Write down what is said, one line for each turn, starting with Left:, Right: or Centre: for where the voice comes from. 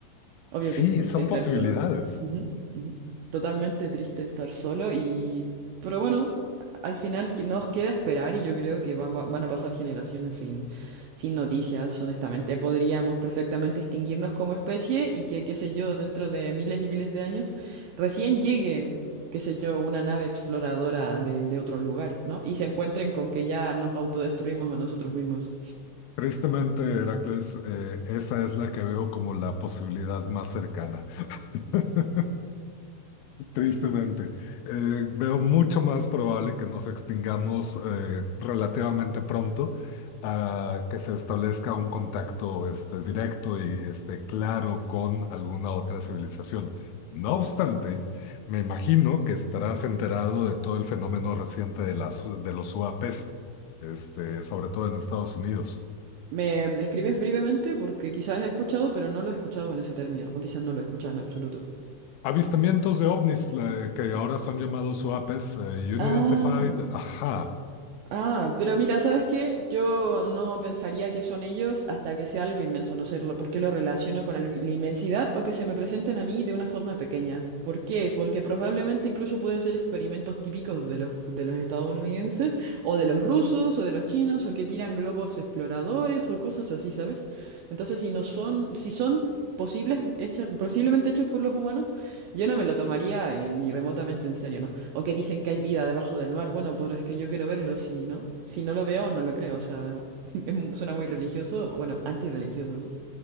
Right: Obvio
Left: sí,
Right: que es triste
Left: son
Right: estar
Left: posibilidades.
Right: solo. Ujú, ujú. Totalmente triste estar solo y... Pero bueno, al final que- nos queda esperar y yo creo que van, van a pasar generaciones sin, sin noticias, honestamente. Podríamos perfectamente extinguirnos como especie y que, qué sé yo, dentro de miles y miles de años, recién llegue, qué sé yo, una nave exploradora de, de otro lugar, ¿no? Y se encuentren con que ya nos autodestruimos a nosotros mismos.
Left: Tristemente, Heracles, eh, esa es la que veo como la posibilidad más cercana. <laughs> Tristemente, Eh, veo mucho más probable que nos extingamos eh, relativamente pronto a que se establezca un contacto este, directo y este, claro con alguna otra civilización. No obstante, me imagino que estarás enterado de todo el fenómeno reciente de, las, de los UAPs, este, sobre todo en Estados Unidos.
Right: ¿Me describes brevemente? Porque quizás he escuchado, pero no lo he escuchado con ese término, o quizás no lo he escuchado en absoluto.
Left: Avistamientos de ovnis, la- que ahora son llamados UAPs, eh, Unidentified,
Right: Ah,
Left: ajá.
Right: ah, pero mira, ¿sabes qué? Yo no pensaría que son ellos hasta que sea algo inmenso, no sé, lo- porque lo relaciono con algo- la inmensidad o que se me presenten a mí de una forma pequeña. ¿Por qué? Porque probablemente incluso pueden ser experimentos típicos de los, de los estadounidenses, o de los rusos, o de los chinos, o que tiran globos exploradores, o cosas así, ¿sabes? Entonces, si no son, si son posibles, hecha- posiblemente hechos por los humanos, yo no me lo tomaría eh, ni remotamente en serio, ¿no? O que dicen que hay vida debajo del mar, bueno, pero es que yo quiero verlo, si no, si no lo veo, no lo creo, o sea, <laughs> es mu- suena muy religioso, o bueno, antirreligioso, ¿no?